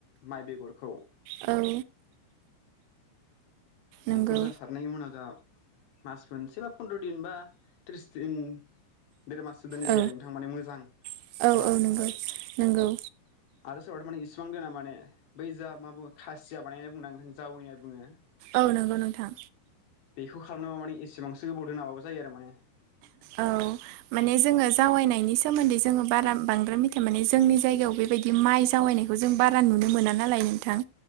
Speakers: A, on the left; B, on the right.
A: माइ बेगरखौ
B: औ नंगौ
A: बेखौ जासार नायनि उनाव जोंहा मास मोनसे बा फन्द्र' दिन बा थ्रिस दिन देर माससो दोननि जायो
B: औ
A: आरो नोंथां मोजां
B: औ
A: रानो
B: औ नंगौ
A: थाखाय
B: नंगौ
A: आरो सोरबाथ माने इसिबां दोना माने बै जा मा बुङो खासिया बानायनाय बुंङो ना नोंथां जावै बुङो
B: औ नंगौ नोंथां
A: बेखौ खालामनोबा माने एसेबांसो गोबाव दोनाबाबो जायो आरो माने
B: औ माने जोङो जावैनायनि सोमोन्दै जोङो बारा बांद्राय मिथिया माने जोंनि जायगायाव बेबायदि बे माइ जावैनायखौ जों बारा नुनो मोना नालाय नोंथां